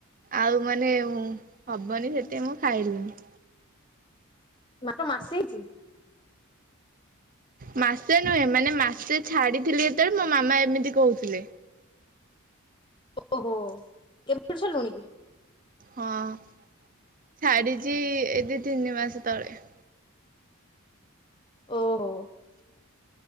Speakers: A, on the right; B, on the left.
A: ଆଉ ମାନେ ହବନି ସେତେ ମୁଁ ଖାଇଲିନି।
B: ମାକ ମାସେ ହେଇଚି।
A: ମାସେ ନୁହେଁ, ମାନେ ମାସେ ଛାଡିଥିଲେ ଯେତେବେଳେ ମୋ ମାମା ଏମିତି କହୁଥିଲେ।
B: ଓହୋ କେବେଠୁ ଛାଡିଲୁଣି କି?
A: ହଁ ଛାଡିଛି ଏ ଦି ତିନି ମାସ ତଳେ।
B: ଓହୋ।